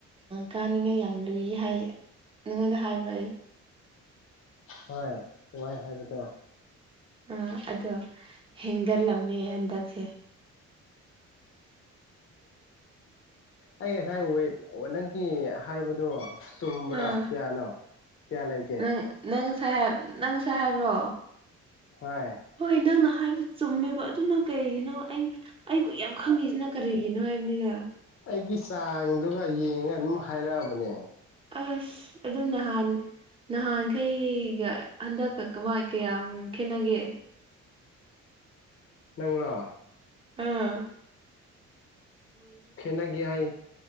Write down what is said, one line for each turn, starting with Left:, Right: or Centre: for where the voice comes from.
Right: ꯀꯥꯅꯤꯡꯉꯥꯏ ꯌꯥꯝ ꯂꯨꯏ ꯍꯥꯏ ꯅꯪꯉꯣꯟꯗ ꯍꯥꯏꯕ꯭ꯔꯣ ꯑꯩ
Left: ꯍꯣꯏ ꯑꯗꯨꯃꯥꯢ ꯍꯥꯏꯕꯗꯣ
Right: ꯑꯥ ꯑꯗꯣ ꯍꯦꯟꯒꯠꯂꯝꯃꯦ ꯍꯟꯗꯛꯁꯦ
Left: ꯑꯩ ꯉꯁꯥꯏ ꯑꯦꯠ ꯅꯪꯒꯤ ꯍꯥꯏꯕꯗꯣ ꯇꯨꯝꯕ꯭ꯔꯥ
Right: ꯑꯥ
Left: ꯀꯌꯥꯅꯣ ꯀꯌꯥ ꯂꯩꯒꯦ
Right: ꯅꯪ ꯅꯪ ꯅꯪ ꯉꯁꯥꯢ ꯍꯥꯏꯕ꯭ꯔꯣ
Left: ꯍꯣꯏ
Right: ꯍꯣꯏ ꯅꯪꯅ ꯍꯥꯏꯕꯗꯣ ꯆꯨꯝꯃꯦꯕ ꯑꯗꯨꯅ ꯀꯔꯤꯒꯤꯅꯣ ꯑꯩ ꯑꯩꯕꯨ ꯌꯥꯝ ꯈꯪꯉꯤꯁꯤꯅ ꯀꯔꯤꯒꯤꯅꯣ ꯍꯥꯏꯕꯅꯤꯗ
Left: ꯑꯩꯒꯤ ꯆꯥꯡꯗꯨꯒ ꯌꯦꯡꯉ ꯑꯗꯨꯝ ꯍꯥꯏꯔꯛꯑꯕꯅꯦ
Right: ꯑꯁ ꯑꯗꯨ ꯅꯍꯥꯟ ꯅꯍꯥꯟꯈꯩꯒ ꯍꯟꯗꯛꯀ ꯀꯃꯥꯏ ꯀꯌꯥꯝ ꯈꯦꯠꯅꯒꯦ
Left: ꯅꯪꯔꯣ
Right: ꯎꯝ
Left: ꯈꯦꯠꯅꯒꯦ ꯍꯥꯏ